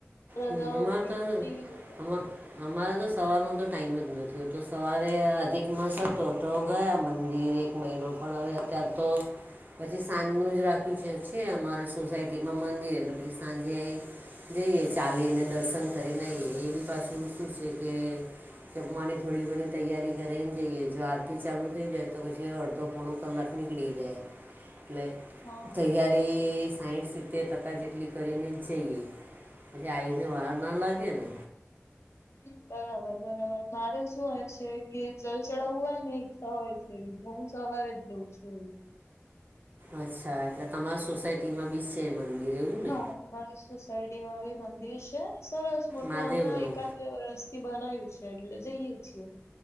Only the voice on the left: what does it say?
રજાઓ
હતી
એટલે ટી વી જોતા.
હા
હમ્મ, બરાબર-બરાબર. મારે શું હોય છે, કે જલ ચડાવવું હોય, ને ઈચ્છા હોય છે એવી, તો હું સવારે જ જઉં છું એમ.
હા અમારી સોસાયટીમાં આવી મંદિર છે, સરસ મોટું
હમણાં એકાદ બે વરસ થી બનાયું છે, એટલે જઈએ છીએ.